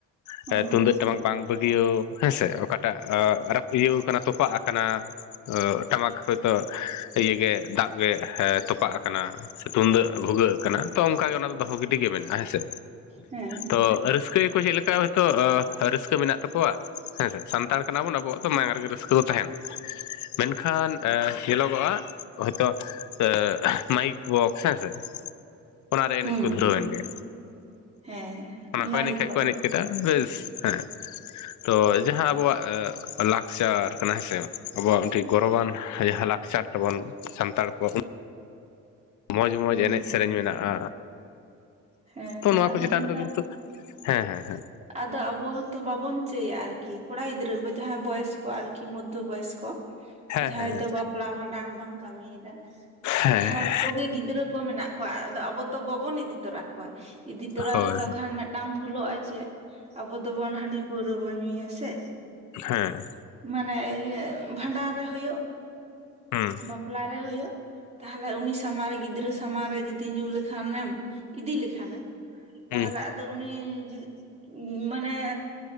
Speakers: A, on the left; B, on the right.
A: ᱮ
B: ᱦᱮᱸ
A: ᱛᱩᱢᱫᱟᱹᱜ ᱴᱟᱢᱟᱠ ᱵᱟᱝ ᱵᱟᱹᱜᱤᱭᱟᱹᱣ ᱦᱮᱸᱥᱮ ᱚᱠᱟᱴᱟᱜ ᱟᱹ ᱤᱭᱟᱹᱣ ᱠᱟᱱᱟ ᱛᱚᱯᱟᱜ ᱠᱟᱱᱟ, ᱟᱹ ᱴᱟᱢᱟᱠ ᱦᱚᱭᱛᱳ ᱤᱭᱮᱜᱮ ᱫᱟᱵ ᱜᱮ ᱮ ᱛᱚᱯᱟᱜ ᱠᱟᱱᱟ, ᱥᱮ ᱛᱩᱢᱫᱟᱹᱜ ᱵᱷᱩᱜᱟᱹᱜ ᱠᱟᱱᱟ ᱛᱚ ᱚᱱᱠᱟ ᱜᱮ ᱚᱱᱟ ᱫᱚ ᱫᱚᱦᱚ ᱜᱤᱰᱤ ᱜᱮ ᱢᱮᱱᱟᱜᱼᱟ ᱦᱮᱸᱥᱮ
B: ᱦᱮᱸ
A: ᱛᱚ ᱨᱟᱹᱥᱠᱟᱹ ᱜᱮᱠᱚ ᱪᱮᱫ ᱞᱮᱠᱟ ᱦᱳᱭᱛᱚ ᱟᱹ ᱨᱟᱹᱥᱠᱟᱹ ᱢᱮᱱᱟᱜ ᱛᱟᱠᱚᱣᱟ ᱦᱮᱸᱥᱮ ᱥᱟᱱᱛᱟᱲ ᱠᱟᱱᱟ ᱵᱚᱱ ᱟᱵᱚᱣᱟᱜ ᱫᱚ ᱢᱟᱭᱟᱝ ᱨᱮᱜᱮ ᱨᱟᱹᱥᱠᱟᱹ ᱫᱚ ᱛᱟᱦᱮᱸᱱᱟ᱾ ᱢᱮᱱᱠᱷᱟᱱ ᱮ ᱧᱮᱞᱚᱜᱚᱜᱼᱟ ᱦᱚᱭᱛᱳ ᱮ ᱢᱟᱭᱤᱠ ᱵᱚᱠᱥ ᱦᱮᱸᱥᱮ ᱚᱱᱟᱨᱮ ᱮᱱᱮᱡ
B: ᱦᱮᱸ ᱦᱮᱸ
A: ᱠᱚ ᱫᱷᱩᱨᱟᱹᱣᱮᱱ ᱜᱮ
B: ᱦᱮᱸ
A: ᱚᱱᱟ ᱠᱚ ᱮᱱᱮᱡ
B: ᱜᱮᱛᱚ
A: ᱠᱷᱟᱡ ᱠᱚ ᱮᱱᱮᱡ ᱠᱮᱫ ᱵᱮᱥ ᱦᱮᱸ ᱛᱚ ᱡᱟᱦᱟᱸ ᱟᱵᱚᱣᱟᱜ ᱟᱹ ᱞᱟᱠᱪᱟᱨ ᱠᱟᱱᱟ ᱦᱮᱸᱥᱮ ᱟᱵᱚᱣᱟᱜ ᱢᱤᱫᱴᱮᱱ ᱜᱚᱨᱚᱵᱟᱱ ᱡᱟᱦᱟᱸ ᱞᱟᱠᱪᱟᱨ ᱛᱟᱵᱚᱱ ᱥᱟᱱᱛᱟᱲ ᱠᱚ ᱢᱚᱡᱽ ᱢᱚᱡᱽ
B: ᱦᱩᱸ
A: ᱮᱱᱮᱡ ᱥᱮᱨᱮᱧ ᱢᱮᱱᱟᱜᱼᱟ,
B: ᱦᱮᱸ
A: ᱛᱚ ᱱᱚᱣᱟ
B: ᱟᱫᱚ
A: ᱠᱚ ᱪᱮᱛᱟᱱ
B: ᱱᱮᱛᱟᱨ
A: ᱨᱮ ᱫᱚ ᱠᱤᱱᱛᱩ ᱦᱮᱸ ᱦᱮᱸ ᱦᱮᱸ᱾
B: ᱟᱫᱚ ᱟᱵᱚ ᱦᱚᱸᱛᱚ ᱵᱟᱵᱩᱱ ᱪᱟᱹᱭᱟ ᱟᱨᱠᱤ ᱠᱚᱲᱟ ᱜᱤᱫᱽᱨᱟᱹ ᱡᱟᱦᱟᱸᱭ ᱵᱚᱭᱮᱥ ᱠᱚ ᱟᱨᱠᱤ ᱢᱚᱫᱫᱷᱳ ᱵᱚᱭᱮᱥ ᱠᱚ
A: ᱦᱮᱸ
B: ᱡᱟᱦᱟᱸᱭ
A: ᱦᱮᱸ
B: ᱫᱚ
A: ᱦᱮᱸ
B: ᱵᱟᱯ ᱯᱞᱟ ᱵᱷᱟᱸᱰᱟᱱ ᱵᱚᱱ ᱠᱟᱹᱢᱤᱭᱫᱟ
A: ᱦᱮᱸ
B: ᱡᱟᱦᱟᱸ ᱠᱚᱜᱮ ᱜᱤᱫᱽᱨᱟᱹ ᱠᱚ ᱢᱮᱱᱟᱜ ᱠᱚᱣᱟ ᱟᱵᱚ ᱛᱚ ᱵᱟᱵᱚᱱ ᱤᱫᱤ ᱛᱚᱨᱟ ᱠᱚᱣᱟ, ᱤᱫᱤ ᱛᱚᱨᱟ
A: ᱦᱳᱭ
B: ᱞᱮᱠᱚ ᱠᱷᱟᱱ ᱢᱤᱫᱴᱟᱝ ᱵᱷᱩᱞᱟᱹᱜᱼᱟ ᱪᱮᱜ ᱟᱵᱚ ᱫᱚᱵᱚᱱ ᱦᱟᱺᱰᱤ ᱯᱟᱹᱣᱨᱟᱹ ᱵᱩᱱ ᱧᱩᱭᱟ ᱥᱮ,
A: ᱦᱮᱸ ᱾
B: ᱢᱟᱱᱮ ᱤᱭᱟᱹ ᱵᱷᱟᱸᱰᱟᱱ ᱨᱮ ᱦᱳᱭᱳᱜ
A: ᱦᱩᱸ
B: ᱵᱟᱯᱞᱟ ᱨᱮ ᱦᱳᱭᱳᱜ ᱛᱟᱦᱚᱞᱮ ᱩᱱᱤ ᱥᱟᱢᱟᱝ ᱜᱤᱫᱽᱨᱟᱹ ᱥᱟᱢᱟᱝ ᱨᱮ ᱡᱩᱫᱤ ᱧᱩ ᱞᱮᱠᱷᱟᱱᱮᱢ ᱤᱫᱤ ᱞᱮᱠᱷᱟᱱᱮᱢ
A: ᱦᱩᱸ
B: ᱛᱟᱦᱚᱞᱮ ᱟᱫᱚ ᱩᱱᱤ ᱜᱤᱫ ᱢᱟᱱᱮ